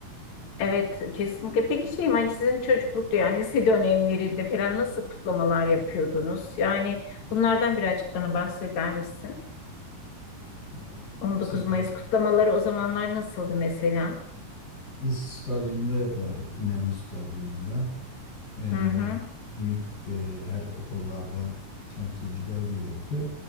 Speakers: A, on the left; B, on the left.
A: Evet kesinlikle. Peki şeyim hani sizin çocuklukta yani lise dönemlerinde falan nasıl kutlamalar yapıyordunuz? Yani bunlardan birazcık bana bahseder misin?
B: Ya böyle
A: 19
B: lisede
A: Mayıs kutlamaları o zamanlar nasıldı mesela?
B: biz stadyumda yapardık İnönü Stadyumunda. E,
A: Hı hı
B: büyük e, her okullardan temsilciler gelirdi.